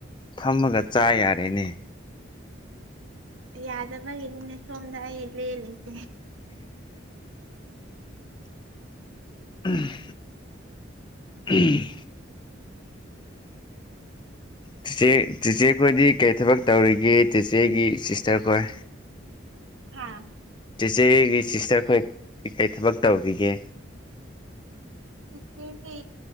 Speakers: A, on the left; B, on the right.
A: ꯐꯝꯃꯒ ꯆꯥ ꯌꯥꯔꯦꯅꯦ
B: ꯌꯥꯗꯕꯒ ꯏꯟꯅ ꯁꯣꯝꯗꯥ ꯏꯂꯦꯜꯂꯤ <inaudible>
A: ꯎꯝ ꯎꯝ ꯆꯦꯆꯦ ꯆꯤꯆꯦꯈꯣꯏꯗꯤ ꯀꯔꯤ ꯊꯕꯛ ꯇꯧꯔꯤꯒꯦ ꯆꯦꯆꯦꯒꯤ ꯁꯤꯁꯇꯔ ꯈꯣꯏ
B: ꯍꯥꯥ
A: ꯏꯆꯦꯒꯤ ꯁꯤꯁꯇꯔ ꯑꯩꯈꯣꯏ ꯀꯩ ꯀꯔꯤ ꯊꯕꯛ ꯇꯧꯈꯤꯒꯦ
B: ꯑꯗꯨꯗꯤ